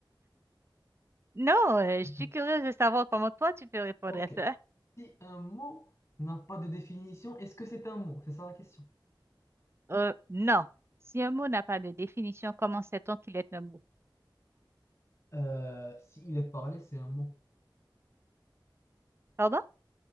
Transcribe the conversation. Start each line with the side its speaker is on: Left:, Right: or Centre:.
Right: Non, euh, je
Left: <laughs>
Right: suis curieuse de savoir comment toi tu peux répondre
Left: Ok.
Right: à ça.
Left: Si un mot n'a pas de définition, est-ce que c'est un mot? C'est ça la question.
Right: Euh, non. Si un mot n'a pas de définition, comment sait-on qu'il est un mot?
Left: Euh, s'il est parlé, c'est un mot.
Right: Pardon?